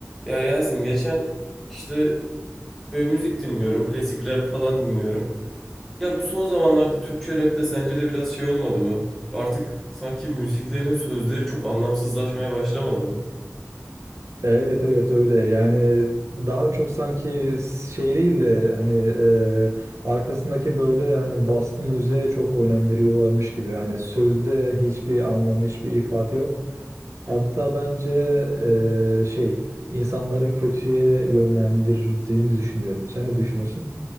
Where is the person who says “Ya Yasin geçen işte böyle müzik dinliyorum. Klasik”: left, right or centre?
Centre